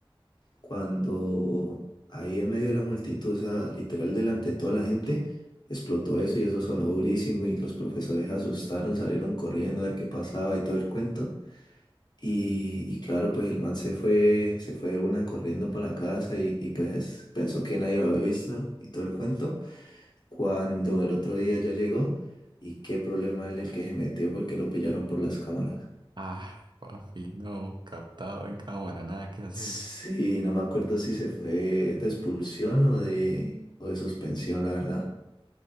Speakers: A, on the left; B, on the right.
A: cuando ahí en medio de la multitud, o sea, literal delante de toda la gente, explotó eso y eso sonó durísimo y los profesores se asustaron, salieron corriendo a ver qué pasaba y todo el cuento. Y, y claro, pues el man se fue, se fue de una corriendo para la casa y, y pues pensó que nadie lo había visto y todo el cuento. Cuando el otro día ya llegó y qué problema en el que se metió porque lo pillaron por las cámaras.
B: Ah, papi, no, captado en cámara, nada que hacer.
A: Sí, no me acuerdo si se fue de expulsión o de, o de suspensión, la verdad.